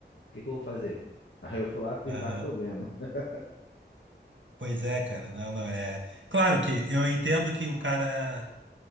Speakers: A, on the left (about 85°); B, on the right (about 85°).
A: que que eu vou fazer? Aí eu fui lá e fiz
B: Aham.
A: mais problema. <laughs>
B: Pois é, cara, não, não é. Claro que eu entendo que o cara